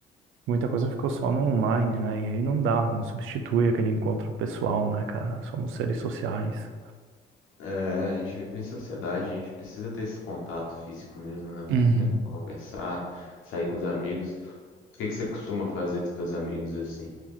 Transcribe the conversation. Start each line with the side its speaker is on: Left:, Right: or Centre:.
Right: muita coisa ficou só no online, né, e aí não dá, não substitui aquele encontro pessoal, né, cara, somos seres sociais.
Left: É, a gente vive em sociedade, a gente precisa ter esse contato físico mesmo, né?
Right: Uhum.
Left: É, Conversar, sair com os amigos. O que que você costuma fazer com os teus amigos assim?